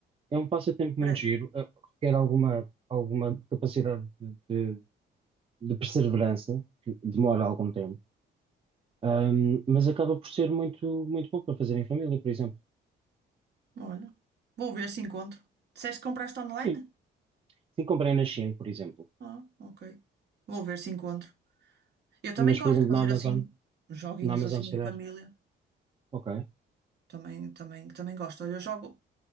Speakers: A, on the right (about 30°); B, on the right (about 60°).
A: É um passatempo
B: Parece.
A: muito giro, eh, requer alguma, alguma capacidade de, de- de perseverança, que demora algum tempo. Ahm, mas acaba por ser muito, muito bom para fazer em família, por exemplo.
B: Olha, vou ver se encontro. Disseste que compraste online?
A: Sim, sim, comprei na China, por exemplo.
B: Ah, ok. Vou ver se encontro. Eu também
A: Mas,
B: gosto
A: por exemplo,
B: de fazer
A: na Amazon,
B: assim, joguinhos
A: na Amazon,
B: assim
A: se
B: em
A: calhar.
B: família.
A: Ok,
B: Também, também, também gosto. Olha, eu jogo,